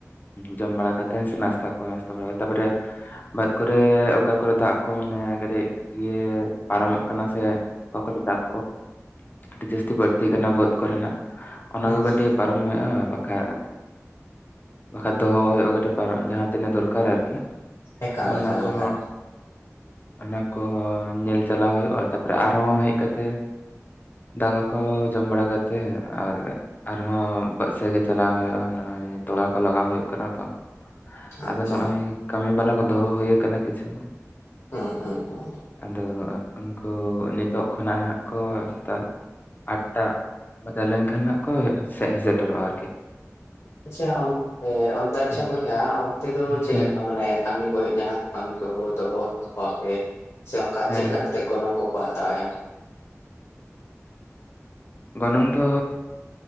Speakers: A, on the left; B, on the left.
A: ᱡᱚᱢ ᱵᱟᱲᱟ ᱠᱟᱛᱮᱱ ᱥᱮ ᱱᱟᱥᱛᱟ ᱠᱚ ᱱᱟᱥᱛᱟ ᱵᱟᱲᱟ ᱠᱟᱛᱮ ᱛᱟᱯᱚᱨᱮ ᱵᱟᱹᱫᱽ ᱠᱚᱨᱮ ᱚᱠᱟ ᱠᱚᱨᱮ ᱨᱮ ᱫᱟᱜ ᱠᱚ ᱢᱟᱱᱮ ᱠᱟᱹᱴᱤᱜ ᱤᱭᱟᱹ ᱯᱟᱨᱚᱢᱚᱜ ᱠᱟᱱᱟ ᱥᱮ ᱚᱠᱟ ᱫᱚ ᱫᱟᱜ ᱠᱚ ᱟᱹᱰᱤ ᱡᱟᱹᱥᱛᱤ ᱵᱟᱹᱲᱛᱤ ᱠᱟᱱᱟ ᱵᱟᱹᱫᱽ ᱠᱚᱨᱮᱱᱟᱜ ᱚᱱᱟ
B: ᱟᱪᱪᱷᱟ
A: ᱠᱚ ᱠᱟᱹᱴᱤᱜ ᱯᱟᱨᱚᱢ ᱦᱩᱭᱩᱜᱼᱟ ᱵᱟᱠᱷᱟᱡ ᱵᱟᱠᱷᱟᱡ ᱫᱚᱦᱚ ᱦᱩᱭᱩᱜᱼᱟ ᱠᱟᱹᱴᱤᱡ ᱯᱟᱨᱚ ᱡᱟᱦᱟᱸ ᱛᱤᱱᱟᱹᱜ ᱫᱚᱨᱠᱟᱨ ᱟᱨᱠᱤ
B: ᱮᱠᱟᱞ
A: ᱟ ᱚᱱᱟ
B: ᱮᱠᱟᱞ
A: ᱠᱚ
B: ᱮᱠᱟᱞ
A: ᱚᱱᱟ ᱠᱚ ᱧᱮᱞ ᱪᱟᱞᱟᱣ ᱦᱩᱭᱩᱜᱼᱟ ᱛᱟᱯᱚᱨᱮ ᱟᱨᱦᱚᱸ ᱦᱮᱡ ᱠᱟᱛᱮ ᱫᱟᱠᱟ ᱠᱚ ᱡᱚᱢ ᱵᱟᱲᱟ ᱠᱟᱛᱮ ᱟᱨ ᱟᱨᱦᱚᱸ ᱵᱟᱥᱮ ᱜᱮ ᱪᱟᱞᱟᱣ ᱦᱩᱭᱩᱜᱼᱟ ᱱᱚᱜᱼᱚᱭ ᱛᱚᱞᱟ ᱠᱚ ᱞᱟᱜᱟ ᱦᱩᱭᱩᱜ ᱠᱟᱱᱟ ᱛᱚ
B: ᱟᱪᱪᱷᱟ
A: ᱟᱫᱚ ᱱᱚᱜᱼᱚᱭ ᱠᱟᱹᱢᱤ ᱵᱟᱞᱟ ᱠᱚ ᱫᱚᱦᱚ ᱦᱩᱭᱩᱠ ᱠᱤᱪᱷᱩ᱾
B: ᱦᱩᱸ ᱦᱩᱸ
A: ᱟᱫᱚ ᱩᱱᱠᱩ ᱱᱤᱛᱚᱜ ᱠᱷᱚᱱᱟᱜ ᱱᱟᱜ ᱠᱚ ᱥᱮᱛᱟᱜ ᱟᱴ ᱴᱟ ᱵᱟᱫᱟ ᱞᱮᱱᱠᱷᱟᱱ ᱦᱟᱸᱜ ᱠᱚ ᱦᱮᱜ ᱥᱮᱼᱥᱮᱴᱮᱨᱚᱜᱼᱟ ᱟᱨᱠᱤ᱾
B: ᱟᱪᱪᱷᱟ ᱚᱱᱛᱮ ᱚᱱᱛᱮ ᱟᱪᱪᱷᱟ
A: ᱦᱮᱸ
B: ᱵᱚᱭᱦᱟ ᱚᱱᱛᱮ ᱫᱚ ᱪᱮᱫᱞᱮᱠᱟ
A: ᱦᱮᱸ
B: ᱢᱟᱱᱮ ᱠᱟᱹᱢᱤ ᱜᱚᱭᱮᱜ ᱡᱟᱦᱟᱸ ᱠᱚ ᱠᱟᱹᱢᱤ ᱠᱚ ᱵᱚ ᱫᱚᱦᱚ ᱠᱟᱜ ᱠᱚᱣᱟ ᱟᱨᱠᱤ᱾ ᱥᱮ ᱚᱱᱠᱟ
A: ᱦᱮᱸ
B: ᱪᱮᱫᱞᱮᱠᱟ
A: ᱦᱮᱸ
B: ᱠᱟᱛᱮᱜ ᱜᱚᱱᱚᱝ ᱠᱚᱠᱚ ᱦᱟᱛᱟᱣᱮᱭᱟ᱾
A: ᱜᱚᱱᱚᱝ ᱫᱚ